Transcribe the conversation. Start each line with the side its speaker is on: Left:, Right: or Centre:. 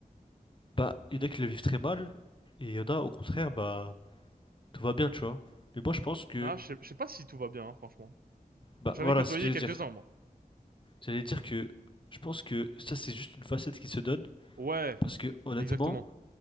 Left: Bah, il y en a qui le vivent très mal, et il y en a, au contraire, bah, tout va bien, tu vois. Mais moi, je pense que,
Right: Ah, je sais, je sais pas si tout va bien, hein, franchement.
Left: bah,
Right: J'en
Left: voilà,
Right: ai côtoyé
Left: c'est ce que j'allais
Right: quelques-uns,
Left: dire.
Right: moi.
Left: J'allais dire que je pense que ça, c'est juste une facette qui se donne,
Right: Ouais,
Left: parce que, honnêtement,
Right: exactement.